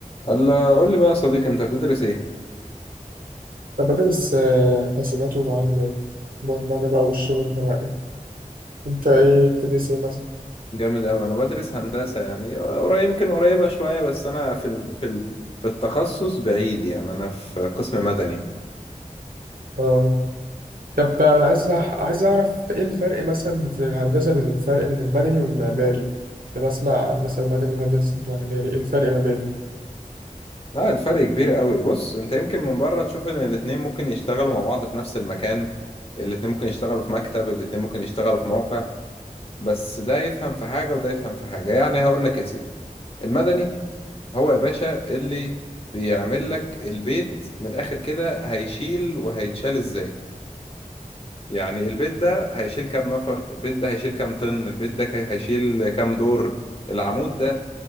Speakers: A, on the left; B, on the right.
A: قال قول لي بقى يا صديقي انت بتدرس ايه؟
B: طب بدرس آه، حاسبات ومعلومات برمجة بقى والشغل ده بقى انت ايه
A: ايه ده؟
B: بتدرس ايه مثلا؟
A: جامد قوي انا بدرس هندسة يعني قريب يمكن قريبة شوية بس انا في ال... في ال... في التخصص بعيد يعني انا في قسم مدني
B: اه طب انا عايز أح- عايز اعرف ايه الفرق مثلا في الهندسة بين الفرق بين المدني والمعماري كنت بسمع هندسة مدني وهندسة معماري ايه الفرق ما بينهم؟
A: لا الفرق كبير قوي بص انت يمكن من بره تشوف ان الاتنين ممكن يشتغلوا مع بعض في نفس المكان الاتنين ممكن يشتغلوا في مكتب الاتنين ممكن يشتغلوا في موقع بس ده يفهم في حاجة وده يفهم في حاجة يعني هقول لك يا سيدي المدني هو يا باشا اللي بيعمل لك البيت من الاخر كده هيشيل وهيتشال ازاي يعني البيت ده هيشيل كام نفر البيت ده هيشيل كام طن البيت ده كا- هيشيل كام دور العمود ده